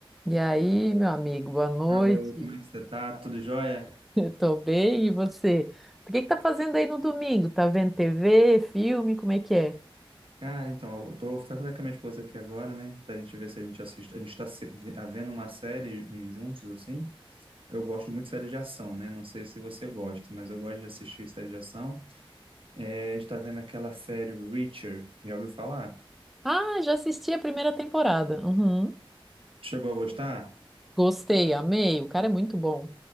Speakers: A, in the centre; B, on the right.
A: E aí, meu amigo, boa noite.
B: Alô, como é
A: <laughs>
B: que você tá? Tudo jóia?
A: Eu tô bem, e você? O que que tá fazendo aí no domingo? Tá vendo TV, filme, como é que é?
B: Cara, então, eu tô tratando com a minha esposa aqui agora, né? Pra gente ver se a gente assiste. A gente tá se- ve- vendo uma série ju- juntos, assim. Eu gosto muito de série de ação, né? Não sei se você gosta, mas eu gosto de assistir série de ação. É, a gente tá vendo aquela série Reacher. Já ouviu falar?
A: Ah, já assisti a primeira temporada. Uhum.
B: Chegou a gostar?
A: Gostei, amei. O cara é muito bom.